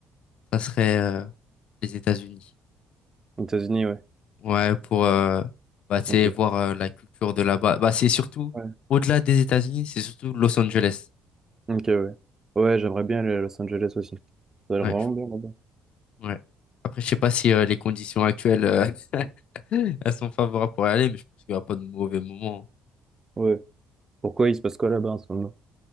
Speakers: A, on the left (about 60°); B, on the right (about 25°).
A: ça serait euh, les États-Unis.
B: Aux États-Unis, ouais.
A: Ouais, pour euh, bah, tu
B: Ok.
A: sais, voir euh, la culture de là-bas. Bah, c'est surtout,
B: Ouais.
A: au-delà des États-Unis, c'est surtout Los Angeles.
B: Ok, ouais. Ouais, j'aimerais bien aller à Los Angeles aussi. Ça a l'air
A: Ouais,
B: vraiment
A: je
B: bien là-bas.
A: Ouais. Après, je sais pas si euh, les conditions actuelles euh, <laughs> elles sont favorables pour y aller, mais je pense qu'il n'y aura pas de mauvais moment.
B: Ouais. Pourquoi il se passe quoi là-bas en ce moment?